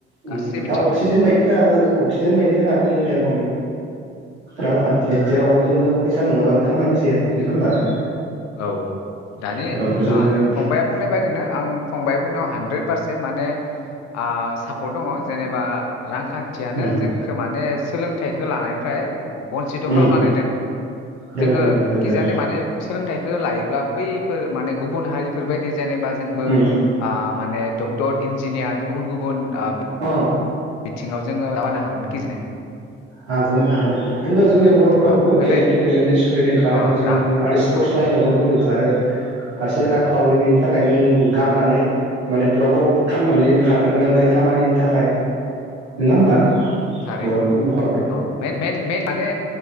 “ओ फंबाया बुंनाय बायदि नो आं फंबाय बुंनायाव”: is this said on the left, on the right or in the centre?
Left